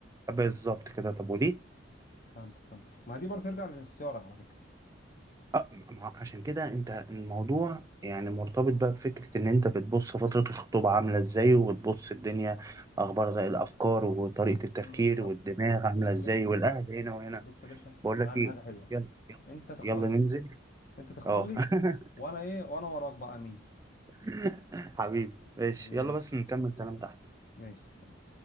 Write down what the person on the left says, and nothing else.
فهمتك فهمتك ما دي برضه ترجع لاختيارك على فكرة
امم طب
بص
يا باشا
بص يا باشا
انا
هعمل
حاجة حلوة
انت تختار
لي
انت تختار
لي
وانا ايه وانا وراك بقى مين
ماشي
ماشي